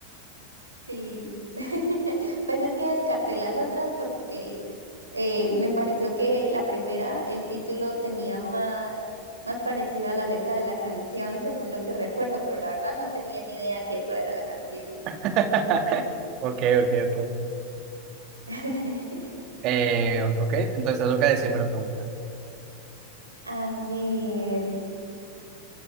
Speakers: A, on the right; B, on the right.
A: Sí, <laughs> pues es que descarté las otras porque eh, me pareció que la primera, el título tenía más, más parecido a la letra de la canción, según lo que recuerdo, pero la verdad no tenía ni idea que esa era la canción.
B: <laughs> Ok, ok, ok.
A: <laughs>
B: Eh, ok, entonces te toca decirme la pregunta.
A: A ver,